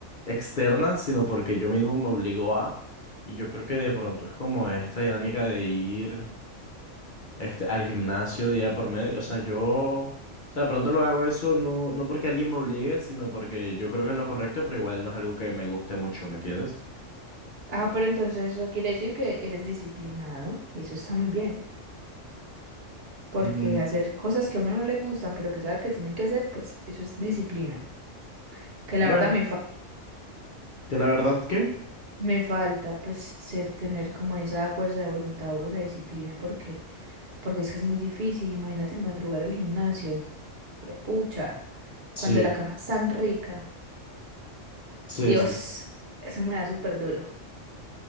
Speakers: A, on the left; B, on the right.
A: externa, sino porque yo mismo me obligo a, y yo creo que de pronto es como esta dinámica de ir este, al gimnasio día por medio. O sea, yo, o sea, de pronto lo hago eso no, no porque alguien me obligue, sino porque yo creo que es lo correcto, pero igual no es algo que me guste mucho, ¿me entiendes?
B: Ah, pero entonces eso quiere decir que eres disciplinado y eso está muy bien, porque
A: Mm,
B: hacer cosas que a uno no le gustan, pero que sabe que tiene que hacer, pues eso es disciplina, que
A: bueno,
B: la verdad me falta.
A: que la verdad que
B: Me falta pues ser, tener como esa fuerza de voluntad o esa disciplina porque, porque es que es muy difícil. Imagínate madrugar al gimnasio. Huepucha.
A: sí,
B: Cuando la cama es tan rica.
A: sí,
B: Dios,
A: sí,
B: eso me da súper duro.